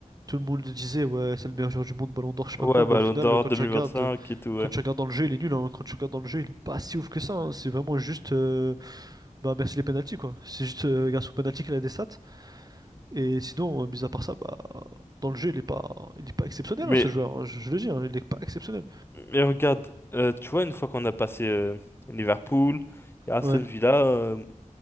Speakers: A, on the right; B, on the left.
A: tout le monde le disait, ouais, c'est le meilleur joueur du monde, Ballon d'Or, je sais
B: ouais,
A: pas quoi.
B: Ballon
A: Mais au final,
B: d'Or
A: quand tu regardes,
B: cinq et tout, ouais.
A: quand tu regardes dans le jeu, il est nul. hein. Quand tu regardes dans le jeu, il est pas si ouf que ça. hein. C'est vraiment juste, euh, bah merci les pénaltys quoi. C'est juste euh, grâce aux pénaltys qu'il a des stats. Et sinon, euh, mis à part ça, bah dans le jeu, il est pas, il est pas exceptionnel
B: Mais
A: hein, ce joueur. hein. Je, je le dis, hein, il est pas exceptionnel.
B: Mais regarde, euh, tu vois, une fois qu'on a passé euh, Liverpool et Aston
A: Ouais,
B: Villa, euh,